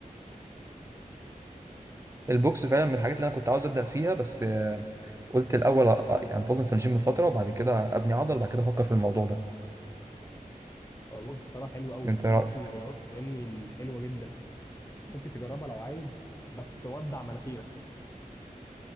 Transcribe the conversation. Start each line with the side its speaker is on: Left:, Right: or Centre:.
Right: البوكس فعلا من الحاجات اللي انا كنت عاوز ابدا فيها بس آه، قلت الاول آه، انتظم في الجيم فتره وبعد كده ابني عضل وبعد كده افكر في الموضوع ده
Left: هو البوكس الصراحه حلو قوي
Right: انت ايه
Left: البوكس
Right: رايك
Left: من الرياضات فاهمني الحلوه جدا ممكن تجربها لو عايز بس ودع مناخيرك